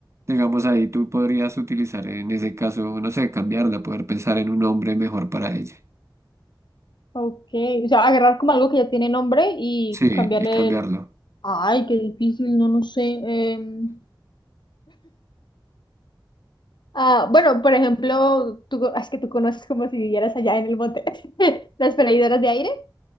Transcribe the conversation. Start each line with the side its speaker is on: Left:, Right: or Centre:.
Right: Digamos, ahí tú podrías utilizar en ese caso, no sé, cambiarla, poder pensar en un nombre mejor para ella.
Left: ok. O sea, agarrar como algo que ya tiene nombre y
Right: Sí,
Left: cambiarle
Right: y cambiarlo.
Left: el... Ay, qué difícil, no, no sé. em, ah, bueno, por ejemplo, tú, co- es que tú conoces como si vivieras allá en el monte, <laughs> las freidoras de aire.